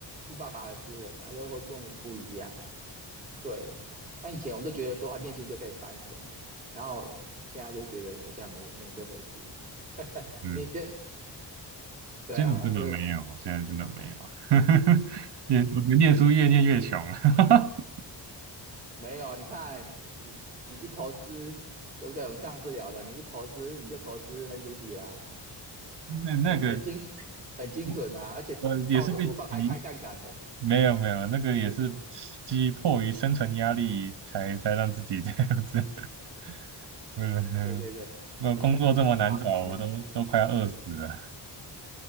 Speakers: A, on the right (about 20°); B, on the right (about 65°).
A: 富爸爸的思维嘛，又会跟我们不一样。对，那以前我都觉得说啊，念书就可以翻身，然后现在就觉得很像没没这回事。<laughs>
B: 嗯，
A: 你这对啊，
B: 现在真的没有，
A: 就是
B: 我现在真的没有。<laughs> 念我们念书越念越穷，<laughs>
A: 没有啊。你看，你你一投资，对不对？我们上次聊的，你一投资你就投资 n v d 啊，
B: 那那个
A: 很精很精准啊，
B: 我
A: 而且抱着不放还开杠杆呢。
B: 我也是被急，没有没有，那个也是逼迫于生存压力才才让自己这样子。<laughs> 嗯，
A: 对对对，
B: 我工作这么难找，
A: 哎，好，那
B: 我都都快要饿死了。